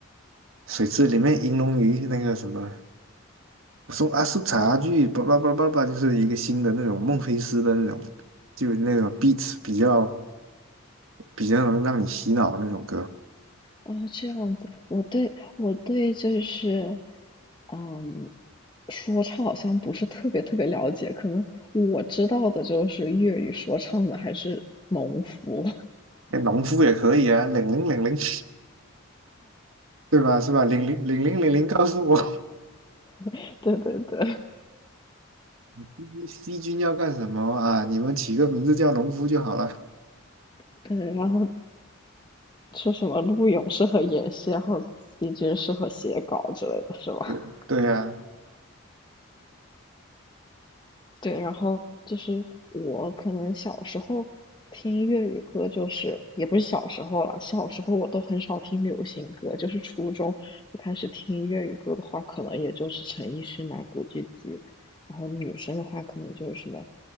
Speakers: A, on the right; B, on the left.
A: 水池里面银龙鱼那个什么，我说阿叔茶具，叭叭叭叭叭，就是一个新的那种孟菲斯的那种，就那种 beats 比较比较能让你洗脑的那种歌，
B: 哦，这样子，我对我对就是，嗯，说唱好像不是特别特别了解，可能我知道的就是粤语说唱的还是农夫，
A: 那农夫也可以啊，零零零零，<laughs> 对吧？是吧？零零零零零零告诉我。
B: <laughs> 对对对
A: C 军 C 军要干什么啊？你们起个名字叫农夫就好了。
B: <laughs> 对，然后说什么陆勇适合演戏，然后席军适合写稿之类的，是吧？
A: <laughs> 对对啊，
B: 对，然后就是我可能小时候听粤语歌，就是也不是小时候了，小时候我都很少听流行歌，就是初中就开始听粤语歌的话，可能也就是陈奕迅啊、古巨基，然后女生的话可能就是什么